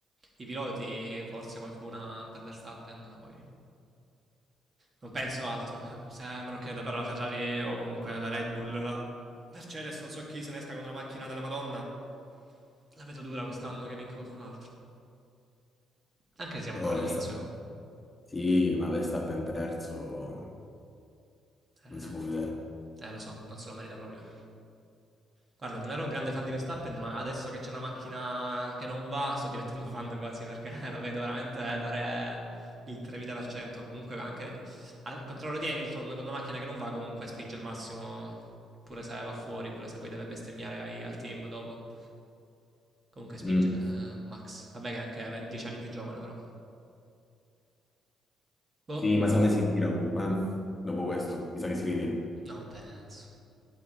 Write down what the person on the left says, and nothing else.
Oh,
Verstappen.
Sì, ma Verstappen terzo
non si può vedere.
Mm.
Sì, ma secondo me si ritira comunque, eh? Dopo questo, mi sa che si ritira.